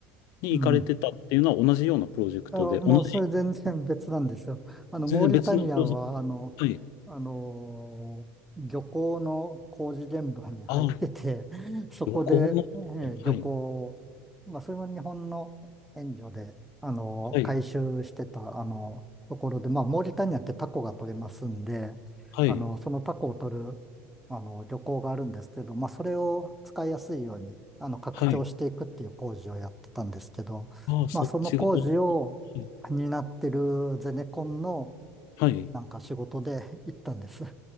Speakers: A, on the left (about 60°); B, in the centre.
A: に行かれてたっていうのは同じようなプロジェクトで、
B: うん。あ、もうそれ全然別なんですよ。
A: 同じ、
B: <laughs> あの、
A: 全然別のプロジェク
B: モーリタニアは、あの、
A: ト。はい。
B: あのー漁港の工事現場に入ってて、
A: ああ、
B: <laughs> そこで、
A: 旅行の、
B: えー漁港を、
A: はい、
B: まあ、それも日本の援助で、あのー回収してた、
A: はい、
B: あのところで、まあ、モーリタニアってタコが取れますんで、
A: はい、
B: あの、そのタコを取る、あの、漁港があるんですけど、まあ、それを使いやすいように、あの、拡張していくっていう工事をやってたんですけど、
A: はい。ああ、そっち側は
B: まあ、その工事を、
A: い、
B: になってるゼネコンの
A: はい。
B: なんか仕事で <laughs> 行ったんです。